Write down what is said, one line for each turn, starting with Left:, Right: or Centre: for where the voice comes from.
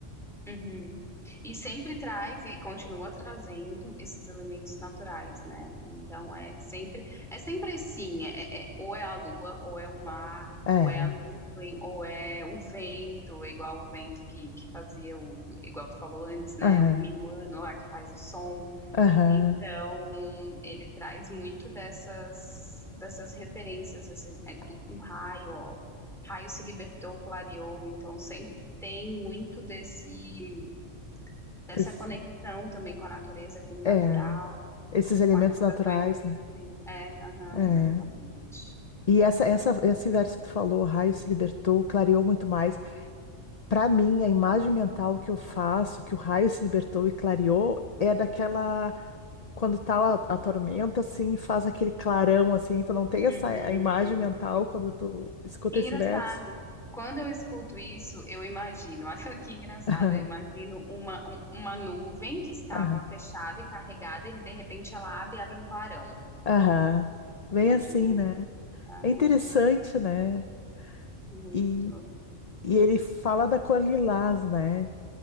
Centre: Uhum. E sempre traz e continua trazendo esses elementos naturais, né? Então é sempre é sempre assim, é, é- ou é a lua, ou é o mar,
Left: É,
Centre: ou é a nuvem, ou é o vento, igual o vento que, que fazia o, igual tu falou antes, né?
Left: aham,
Centre: O minuano lá que faz o som.
Left: aham.
Centre: Então, ele traz muito dessas, dessas referências, assim, é do- um raio, ó. Raio se libertou, clareou, então sempre tem muito desse, dessa
Left: Esse-
Centre: conexão também com a natureza, com o natural,
Left: é, esses elementos
Centre: com as sensações
Left: naturais,
Centre: e sentimentos.
Left: né?
Centre: É, aham,
Left: É.
Centre: exatamente.
Left: E essa, essa, esse verso que tu falou, o raio se libertou, clareou muito mais. Para mim, a imagem mental que eu faço, que o raio se libertou e clareou, é daquela quando tá a, a tormenta assim, e faz aquele clarão assim, tu não tem essa
Centre: Uhum.
Left: a imagem mental quando tu escuta
Centre: Engraçado.
Left: esse verso.
Centre: Quando eu escuto isso, eu imagino, <laughs> olha que engraçado,
Left: <laughs> Aham.
Centre: eu imagino uma, um- uma nuvem que estava
Left: Aham.
Centre: fechada e carregada e de repente ela abre e abre um clarão.
Left: aham.
Centre: Eu
Left: Bem
Centre: imagino
Left: assim,
Centre: isso.
Left: né?
Centre: Aham,
Left: É interessante, né?
Centre: muito.
Left: E, e ele fala da cor lilás, né?